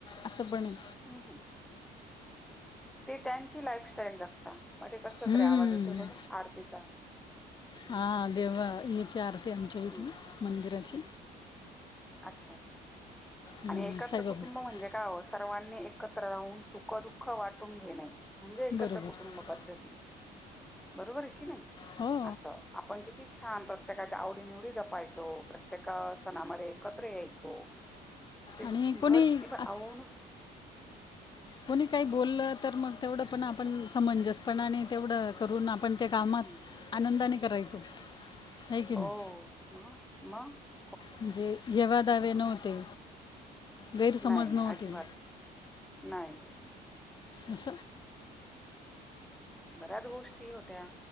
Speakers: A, on the left; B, in the centre.
A: असं बणेल
B: हम् हम ते त्यांची लाईफस्टाईल जगता मग ते कसला
A: हम्म.
B: तरी आवाज येतो बघा आरतीचा
A: ह देव
B: असं.
A: हची आरती आमच्या इथ
B: हं,
A: मंदिराची
B: हं. अच्छा अच्छा
A: हम्म,
B: आणि एकत्र
A: साईबाबा
B: कुटुंब म्हणजे काय सर्वांनी एकत्र राहून सुख दुःख वाटून घेणे. म्हणजे एकत्र
A: बरोबर
B: कुटुंब पद्धती बरोबर आहे की नाही
A: हो
B: असं आपण किती छान प्रत्येकाच्या आवडीनिवडी जपायचो प्रत्येक सणामध्ये एकत्र यायचो ते
A: आणि कोणी
B: घर किती
A: अस
B: आव नुस
A: कोणी काही बोललं तर मग तेवढं पण आपण समंजस पणाने आणि तेवढं करून आपण त्या कामात
B: हं.
A: आनंदाने करायचो आहे की
B: हो
A: नाही
B: म म
A: म्हणजे यवा दावे नव्हते गैरसमज
B: नाही नाही
A: नव्हते
B: अजिबात नाही
A: अस
B: बऱ्याच गोष्टी होत्या.